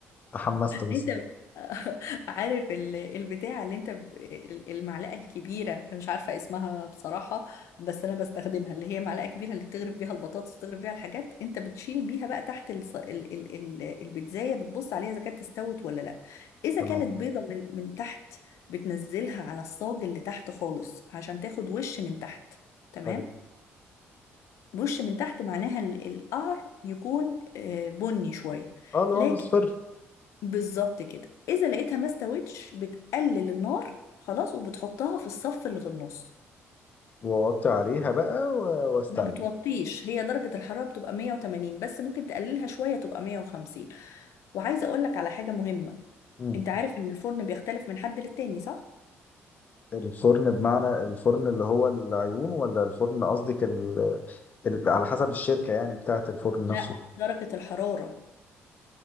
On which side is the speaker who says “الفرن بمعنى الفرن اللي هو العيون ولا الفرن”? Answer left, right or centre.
Left